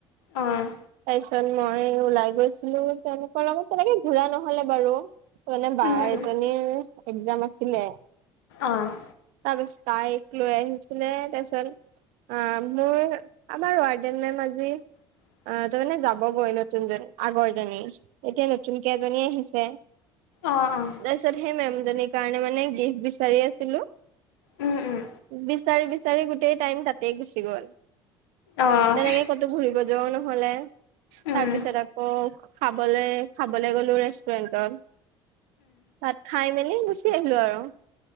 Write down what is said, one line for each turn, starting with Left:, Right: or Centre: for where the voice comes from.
Left: অ',
Right: তাৰপিছত মই ওলাই গৈছিলো তেওঁলোকৰ লগত তেনেকে ঘুৰা নহ'লে বাৰু। মানে বা
Left: উম, উম,
Right: এজনীৰ একজাম আছিলে,
Left: অ',
Right: তাৰপিছত তাইক লৈ আহিছিলে তাৰপিছত আ মোৰ আমাৰ ৱাৰ্ডেন মেম আজি
Left: অ'।
Right: আহ তাৰমানে যাবগৈ নতুনজনী আগৰজনী এতিয়া নতুনকে এজনী আহিছে।
Left: অ', অ',
Right: তাৰপিছত সেই মেমজনীৰ কাৰণে মানে গিফ্ট বিচাৰি আছিলোঁ।
Left: উম, উম,
Right: বিচাৰি বিচাৰি গোটেই টাইম তাতে গুচি গ'ল।
Left: অ',
Right: তেনেকে ক'তো ঘূৰিব যোৱাও নহ'লে। তাৰপিছত
Left: উম, উম,
Right: আকৌ খাবলৈ, খাবলৈ গ'লো ৰেষ্টুৰেন্টত। তাত খাই মেলি এই গুচি আহিলোঁ আৰু।